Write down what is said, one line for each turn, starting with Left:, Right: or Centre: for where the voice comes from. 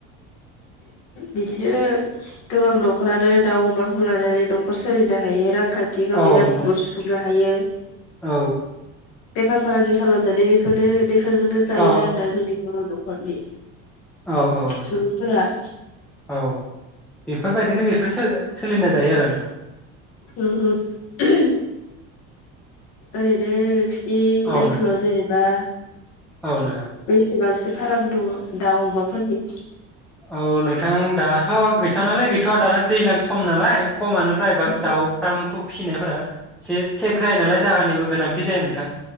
Left: बिदिनो गोबां न'खरानो दाउ अमाखौ लानानै न'खर सोलिनो हायो रां खान्थि गावनि
Centre: औ
Left: रांखौ
Centre: नो-
Left: सुफुंनो हायो
Centre: औ
Left: बेफार फालांगि खालामनानै बेफोर <unintelligible> फोरजोंनो जायो
Centre: औ
Left: आरो ना जोंनि बर' न' खर बे
Centre: औ औ नोंथां
Left: सुबुंफोरा
Centre: औ बेफोरबायदिनो बेफोरो सोलिना जायो आरो नोंथां ।
Left: उम्म उम्म। ओरैनो नों सिनि
Centre: औ
Left: ओनसोलाव
Centre: नोंथां
Left: जेनेबा
Centre: औ नोंथां
Left: बेसेबांसो फाराम दङ दाउ अमा फोरनि
Centre: औ नोंथां दाथ' गैथ' नालाय गैथ'वा दाना दैज्लां सम नालाय । खमानोफ्राय भाग
Left: औ
Centre: दाउ फारामखौ फिसिनायफोरा एसे थेक जायो नालाय जागानिबो गोनांथि जायो नोंथां ।